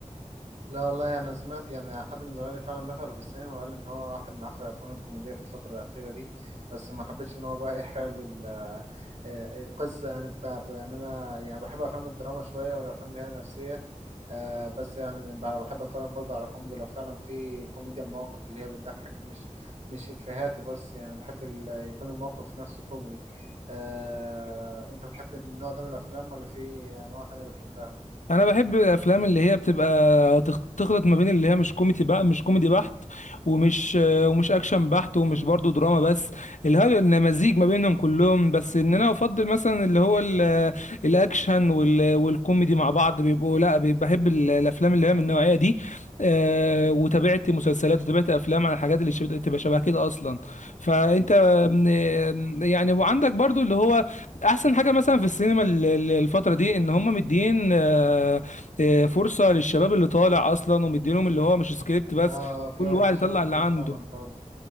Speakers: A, on the right (about 65°); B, on the left (about 75°).
A: لا والله انا سمعت يعني حد من زمايلي فعلا دخلوا في السينما وقال ان هو واحد من احسن الافلام الكوميديه في الفتره الاخيره دي بس ما حبيتش ان هو بقى <laughs> يحرق لي ال- آه، القصه يعني بتاعته يعني انا يعني بحب افلام الدراما شويه والافلام اللي هي نفسيه آه، بس يعني ب- بحب اتفرج برضه على كوميدي لو فعلا في كوميديا المواقف اللي هي بتضحك دي مش مش افيهات وبس يعني بحب ال- يكون الموقف نفسه كوميدي آه، انت بتحب النوع ده من الافلام ولا في انواع تانية بتحبها؟
B: انا بحب الافلام اللي هي بتبقى تخ- تخلط ما بين اللي هي مش كوميدي بقى مش كوميدي بحت ومش ومش اكشن بحت ومش برضو دراما بس اللي هو إن مزيج ما بينهم كلهم بس ان انا افضل مثلا اللي هو ال- الاكشن وال- والكوميدي مع بعض بيبقوا لا بي- بحب ال- الافلام اللي هي من النوعيه دي آه، وتابعت مسلسلات وتابعت افلام على الحاجات اللي شب- تبقى شبه كده اصلا فانت آم، آم، يعني وعندك برضو اللي هو احسن حاجه مثلا في السينما ال- ال- الفتره دي ان هم مدين آه، آه، فرصه للشباب اللي طالع اصلا ومدينهم اللي هو مش سكريبت بس
A: اه في
B: كل واحد
A: في
B: يطلع
A: شباب كتير
B: اللي عنده
A: فعلا طالع